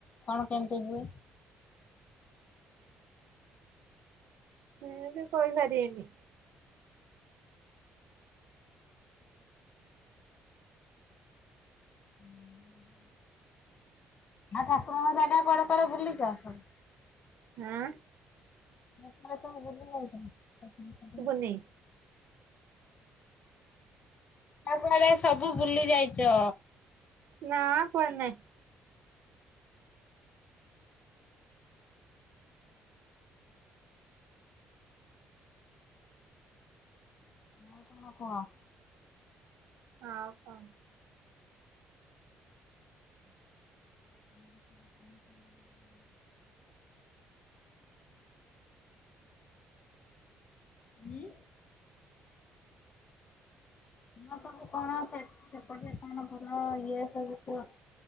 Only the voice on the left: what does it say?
କଣ କେମିତି ହୁଏ?
ହୁଁ। ଆଉ ଠାକୁରଙ୍କ ଜାଗା କୁଆଡେ କୁଆଡେ ବୁଲିଚ ସବୁ?
<unintelligible>
ଯାଇଛ? ତାପରେ ସବୁ ଭୁଲି ଯାଇଛ।
<unintelligible>
<unintelligible> ହୁଁ। ମୁ ସବୁ କଣ ସେ ସେପଟେ କଣ ଭଲ ଇଏ ସବୁ କଣ?